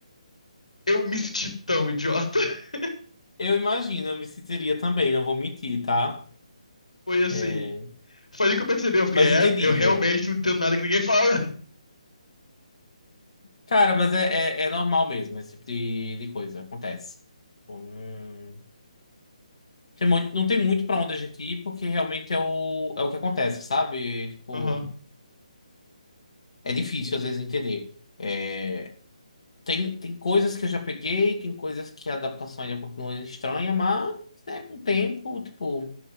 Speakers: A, on the left (about 65°); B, on the left (about 50°).
A: Eu me senti tão idiota. <laughs>
B: Eu imagino, eu me sentiria também, não vou mentir, tá?
A: Foi assim,
B: É...
A: foi ali que eu percebi, eu fiquei,
B: Mas
A: é,
B: entendível.
A: eu realmente não entendo nada que ninguém fala.
B: Cara, mas é, é, é normal mesmo, esse tipo de, de coisa, acontece. Tipo, não... Tem muito, não tem muito pra onde a gente ir, porque realmente é o, é o que acontece, sabe? Tipo,
A: <laughs> Aham,
B: é difícil às vezes entender. É... Tem, tem coisas que eu já peguei, tem coisas que a adaptação ainda continua estranha, mas, né, com o tempo, tipo.